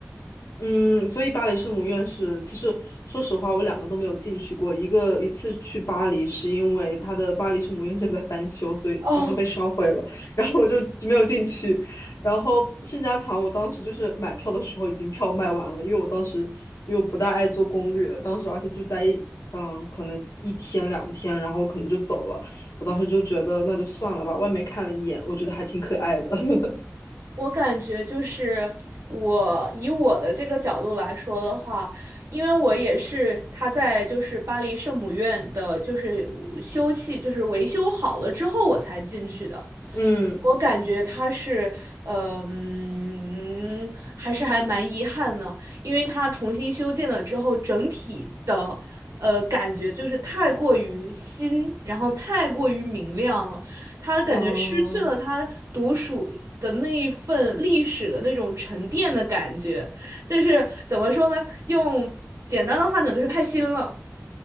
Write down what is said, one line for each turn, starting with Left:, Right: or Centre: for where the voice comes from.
Left: 嗯，所以巴黎圣母院是，其实说实话，我两个都没有进去过。一个一次去巴黎是因为它的巴黎圣母院正在翻修，
Right: <laughs>
Left: 所以好像被烧毁了，
Right: 哦，
Left: <laughs> 然后我就没有进去。然后圣家堂，我当时就是买票的时候已经票卖完了，因为我当时因为我不大爱做攻略，当时而且就待一嗯可能一天两天，然后我可能就走了。我当时就觉得那就算了吧，外面看了一眼，我觉得还挺可爱的。<laughs>
Right: 我感觉就是我以我的这个角度来说的话，因为我也是他在就是巴黎圣母院的，就是修葺就是维修好了之后我才进去的。
Left: 嗯
Right: 我感觉他是，呃嗯，还是还蛮遗憾的，因为他重新修建了之后，整体的，呃，感觉就是太过于新，然后太过于明亮了，他感觉失去了他独属的那一份历史的那种沉淀的感觉，
Left: 啊。
Right: 就是怎么说呢？用简单的话讲，就是太新了。